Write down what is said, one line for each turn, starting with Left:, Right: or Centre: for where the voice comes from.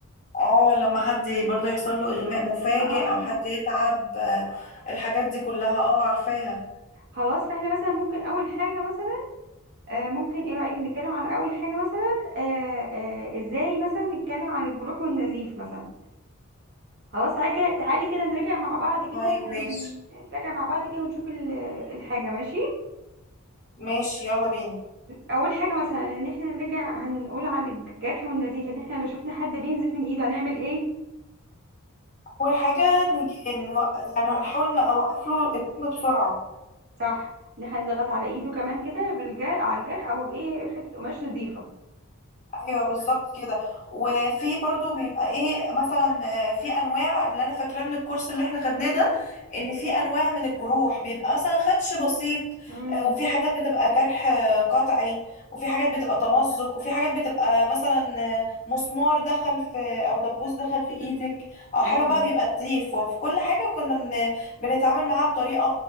Left: اه لما حد برضه يحصل له اغماء مفاجئ
Right: اه
Left: او حد يتعب آه، الحاجات دي كلها اه عارفاها
Right: خلاص فاحنا مثلا ممكن اول حاجه مثلا آه ممكن ايه رايك نتكلم عن اول حاجه مثلا آه آه ازاي مثلا نتكلم عن الجروح والنزيف مثلا خلاص تعالي كده تعالي كده نراجع مع بعض كده
Left: طيب ماشي
Right: ونراجع مع بعض كده ونشوف ال- الحاجه ماشي
Left: ماشي يلا بينا
Right: اول حاجه مثلا ان احنا نرجع هنقول على الجرح والنزيف ان احنا لو شفنا حد بينزف من ايده هنعمل ايه
Left: اول حاجه نجي إن يعني هنحاول نوقف له الدم بسرعه
Right: صح ان احنا نضغط على ايده كمان كده بالجرح على الجرح او بايه حته قماش نظيفه
Left: ايوه بالظبط كده وفي برضو بيبقى ايه مثلا آه، في انواع اللي انا فاكراه من الكورس اللي احنا خدناه ده ان في انواع من الجروح بيبقى مثلا خدش بسيط
Right: امم
Left: آه، وفي حاجات بتبقى جرح آه، قطعي وفي حاجات بتبقى تمزق وفي حاجات بتبقى مثلا آه، مسمار دخل في او دبوس دخل في ايدك او
Right: ايوه
Left: حاجه بقى بيبقى نزيف وفي كل حاجه كنا بن... بنتعامل معاها بطريقه